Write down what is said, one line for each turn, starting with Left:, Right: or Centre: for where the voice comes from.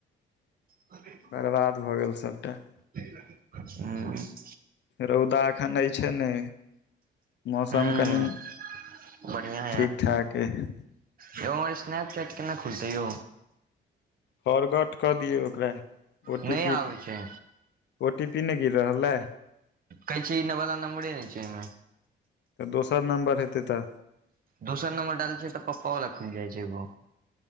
Right: <unintelligible>
Left: बरबाद भऽ गेल सभटा
Right: ह्म
Left: रौदा एखन अछि नै मौसम
Right: ह
Left: कनि
Right: बढ़िया
Left: ठीक ठाक अय
Right: य हमर स्नैक चैट केना खुलतै यौ
Left: फॉर्गट कऽ दियौ ओकरा ओ
Right: नहि
Left: टी पी
Right: आबे छै
Left: ओ टी पी नहि गिर रहल अै
Right: कहै च न बला न मु नहि छैमे
Left: तऽ दोसर नम्बर हेतै तऽ
Right: दोसर नंबर डालै छ तऽ पप्पा वला खुलि जाइ छै एगो